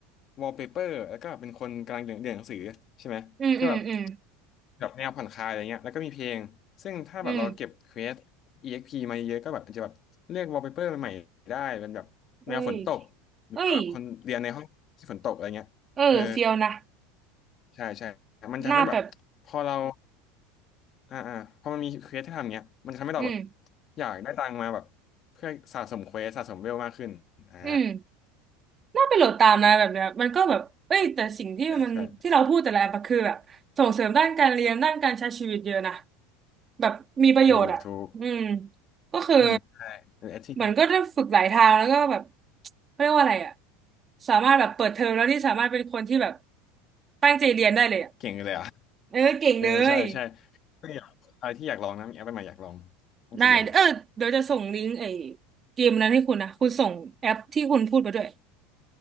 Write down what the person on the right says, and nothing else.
อืมอืมอืม
อืม
เอ้ย
เอ้ยเออเฟียวนะ
หน้าแบบ
อืม
อืมน่าไปโหลดตามนะแบบเนี้ยมันก็แบบเอ้ยแต่สิ่งที่มันที่เราพูดแต่ละแอปอะคือแบบส่งเสริมด้านการเรียนด้านการใช้ชีวิตเยอะนะ
แบบมีประโยชน์อ่ะอืม
ก็คือ
เหมือนก็ได้ฝึกหลายทางแล้วก็แบบเขาเรียกว่าอะไรอ่ะสามารถแบบเปิดเทอมแล้วที่สามารถเป็นคนที่แบบตั้งใจเรียนได้เลยอ่ะ
เออเก่งเลย
ได้เออเดี๋ยวจะส่งลิงก์ไอ้เกมนั้นให้คุณนะคุณส่งแอปที่คุณพูดไปด้วย